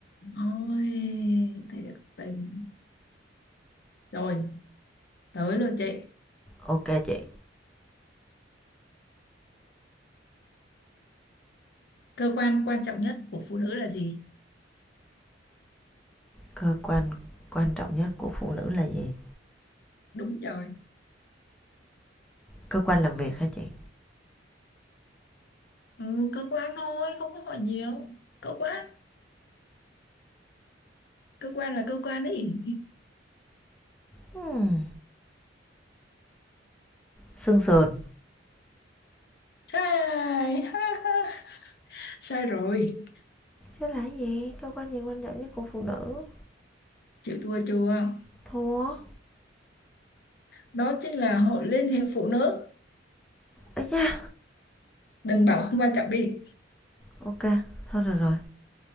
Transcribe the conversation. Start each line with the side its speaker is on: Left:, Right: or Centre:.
Left: ôi thiệt tình rồi tới lượt chị
Centre: Ok chị,
Left: cơ quan quan trọng nhất của phụ nữ là gì
Centre: cơ quan quan trọng nhất của phụ nữ là gì?
Left: đúng rồi
Centre: Cơ quan làm việc hả chị?
Left: ừ, cơ quan thôi không có hỏi nhiều cơ quan cơ quan là cơ quan ấy
Centre: Hmm, xương sườn.
Left: sai <laughs> ha, ha. sai rồi
Centre: Chứ là gì? Cơ quan gì quan trọng nhất của phụ nữ?
Left: chịu thua chưa
Centre: Thua.
Left: đó chính là hội liên hiệp phụ nữ
Centre: Ấy da.
Left: đừng bảo không quan trọng đi
Centre: Ok, thôi rồi rồi.